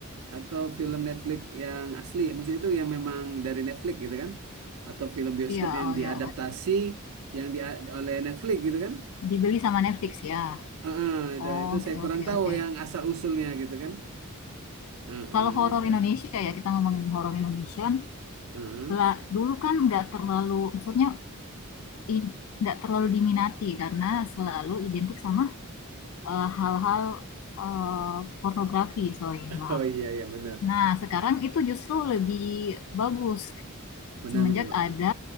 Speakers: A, on the right; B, on the left.
A: atau film Netflix yang asli. Maksudnya itu yang memang dari Netflix gitu kan? Atau film bioskop
B: Iya,
A: yang
B: oh
A: diadaptasi
B: ya.
A: yang di oleh Netflix gitu kan?
B: Dibeli sama Netflix ya.
A: Heeh, itu
B: Oh,
A: itu saya
B: Oke,
A: kurang
B: oke,
A: tahu
B: oke.
A: yang asal usulnya gitu kan? Heeh,
B: Kalau horor
A: gitu.
B: Indonesia ya, kita ngomongin horor Indonesia.
A: Heeh.
B: Lah, dulu kan nggak terlalu, maksudnya i- nggak terlalu diminati karena selalu identik sama eh, hal-hal eh, pornografi, sorry,
A: <laughs>
B: maaf.
A: Oh iya iya benar,
B: Nah, sekarang itu justru lebih bagus
A: benar
B: semenjak
A: benar Pak.
B: ada